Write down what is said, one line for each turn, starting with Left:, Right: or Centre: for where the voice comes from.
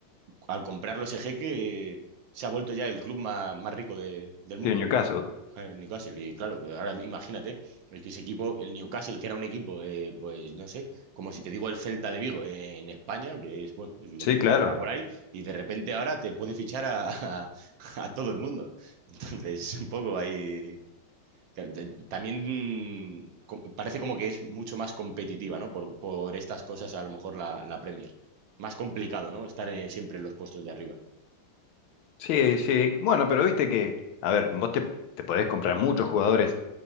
Right: al comprarlo ese jeque, se ha vuelto ya el club más, más rico de- del mundo,
Left: sí, en Newcastle.
Right: el Newcastle. Y claro, ahora imagínate, el que ese equipo, el Newcastle, que era un equipo, eh, pues no sé, como si te digo el Celta de Vigo en España, que es, bueno, es un
Left: Sí,
Right: equipo
Left: claro.
Right: que está por ahí, y de repente ahora te puede fichar a, a- a todo el mundo. Entonces, un poco ahí... que- de- También mm, co- parece como que es mucho más competitiva, ¿no? Por, por estas cosas, a lo mejor la, la Premier. Más complicado, ¿no? Estar eh, siempre en los puestos de arriba.
Left: Sí, sí. Bueno, pero viste que, a ver, vos te, te podés comprar muchos jugadores,